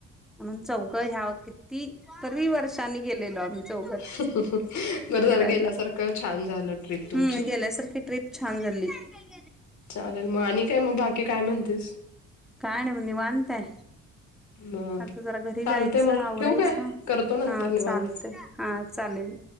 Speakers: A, in the centre; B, on the left (about 65°).
A: म्हणून चौ ह्या किती तरी वर्षांनी गेलेलो आम्ही. चौघच
B: बरं जर
A: फिरायला
B: गेल्यासारखं छान झालं ट्रीप तुमची
A: हम्म गेल्यासारखी ट्रिप छान झाली हम्म
B: चालेल मगं आणि काय मग बाकी काय म्हणतेस.
A: काय नाही निवांत आहे
B: हम्म
A: आता जरा घरी
B: चालते
A: जायचं
B: मग
A: आवरायचं
B: ठठीूक आहे करतो नंतर
A: हा
B: निवांत
A: चालतय हा चालेल